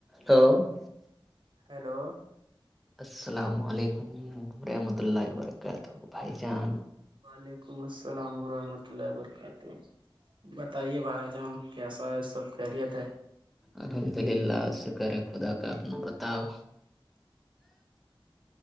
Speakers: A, in the centre; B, on the right.
A: Hello <inaudible>
B: hello
A: السلام علیکمم رحمۃ اللہ وبرکاتہ بھائی جان
B: وعلیکم السلام ورحمۃ اللہ وبرکاتہ بتائیے بھائی جان کیسا ہے سب خیریت ہے
A: الحمد للہ شکر ہے خدا کا اپنا بتاؤ